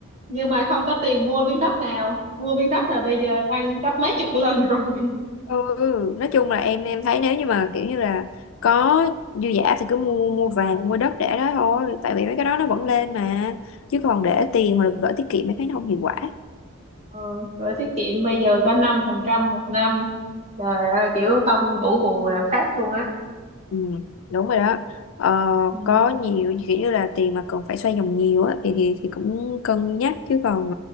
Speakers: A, on the right; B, on the left.
A: nhưng mà không có tiền mua miếng đất nào mua miếng đất là bây giờ tăng gấp mấy chục lần <laughs> rồi
B: ừ <laughs> nói chung là em em thấy nếu như mà kiểu như là có dư giả thì cứ mua mua vàng mua đất để đó thôi tại vì mấy cái đó nó vẫn lên mà chứ còn để tiền hoặc là gửi tiết kiệm em thấy nó không hiệu quả
A: ừ, gửi tiết kiệm bây giờ có năm phần trăm một năm trời ơi kiểu không đủ bù làm phát luôn á
B: ừ, đúng rồi đó ờ,
A: ừ.
B: có nhiều kiểu như là tiền mà cần phải xoay vòng nhiều á thì, thì thì cũng cân nhắc chứ còn